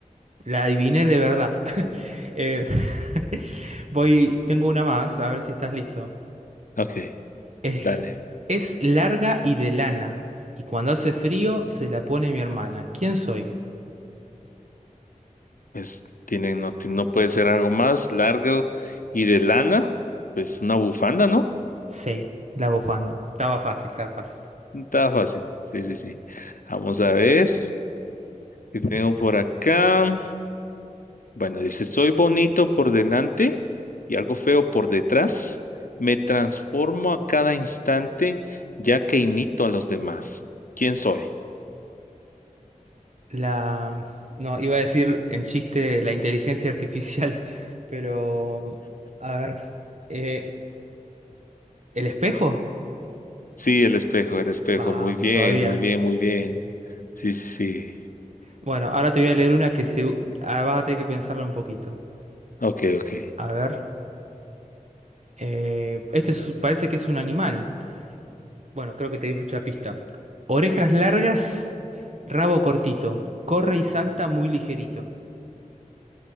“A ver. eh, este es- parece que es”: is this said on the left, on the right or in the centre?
Right